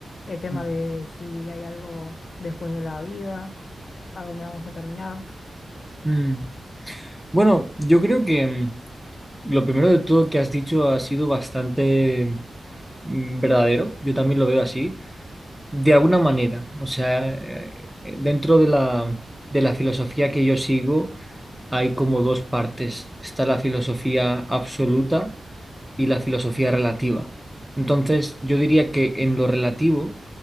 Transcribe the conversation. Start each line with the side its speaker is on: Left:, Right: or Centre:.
Left: El tema
Centre: mm,
Left: de si hay algo después de la vida, a dónde vamos a terminar.
Centre: mm. Bueno, yo creo que mm, lo primero de todo que has dicho ha sido bastante mm, verdadero. Yo también lo veo así, de alguna manera. O sea, eh, eh, dentro de la, de la filosofía que yo sigo, hay como dos partes. Está la filosofía absoluta y la filosofía relativa. Entonces, yo diría que en lo relativo